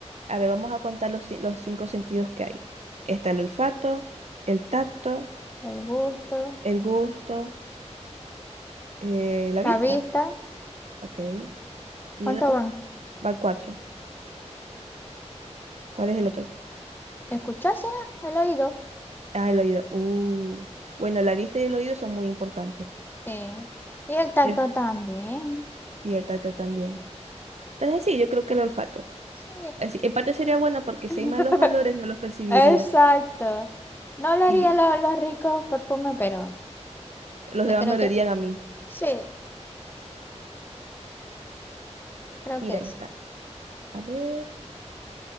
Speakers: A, on the right (about 65°); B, on the left (about 15°).
A: a ver, vamos a contar los, ci- los cinco sentidos que hay. Está el olfato, el tacto,
B: el gusto,
A: el gusto, eh, la
B: la
A: vista.
B: vista.
A: Ok. ¿Y
B: ¿Cuánto
A: el otro?
B: van?
A: Van cuatro. ¿Cuál es el otro?
B: Escuchar será el oído.
A: Ah, el oído. Uh. Bueno, la vista y el oído son muy importantes.
B: Sí. Y el tacto
A: El,
B: también.
A: y el tacto también. Entonces sí, yo creo que el olfato.
B: Sí.
A: Así, en parte sería bueno porque
B: <laughs>
A: si hay malos olores no los percibirías.
B: Exacto. No olería
A: Sí,
B: lo- los ricos perfumes, pero
A: los
B: yo
A: demás
B: creo
A: me olerían
B: que
A: a mí.
B: sí, creo
A: Mira
B: que es.
A: esta. A ver.